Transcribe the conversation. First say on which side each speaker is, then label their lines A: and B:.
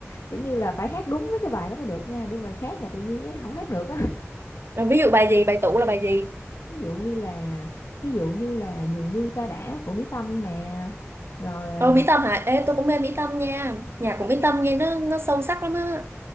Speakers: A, on the left (about 75°); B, on the right (about 55°).
A: kiểu như là phải hát đúng với cái bài đó mới được nha đưa bài khác là tự nhiên ấy, không hát được á
B: Rồi ví dụ bài gì bài tủ là bài gì
A: <laughs> ví dụ như là ví dụ như là dường như ta đã của Mỹ Tâm nè rồi à,
B: Ồ, Mỹ Tâm hả? Ê, tôi cũng mê Mỹ Tâm nha. Nhạc
A: rồi
B: của Mỹ
A: cái
B: Tâm nghe nó nó sâu sắc lắm á.